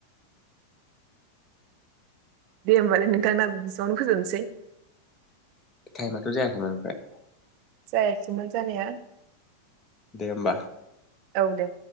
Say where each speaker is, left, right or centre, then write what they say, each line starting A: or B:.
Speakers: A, on the right (about 45°); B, on the left (about 20°).
A: दे होमबालाय नोंथां एसेबांनो फोजोबसै
B: टाइमाथ' जायाखैमोन ओमफ्राय
A: जायाखैमोन जानाय
B: दे होमबा
A: औ दे